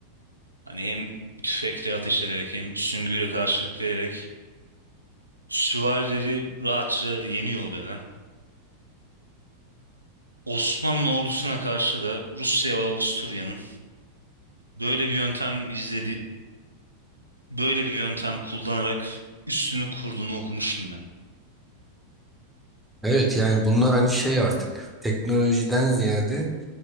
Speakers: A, on the right (about 85°); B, in the centre.
A: Hani hem tüfekle ateş ederek hem süngüyle karşılık vererek süvarileri rahatça yeniyor o dönem. Osmanlı ordusuna karşı da Rusya ve Avusturya'nın böyle bir yöntem izledi, böyle bir yöntem kullanarak üstünü kurduğunu okumuştum ben.
B: Evet yani bunlar hani şey artık teknolojiden ziyade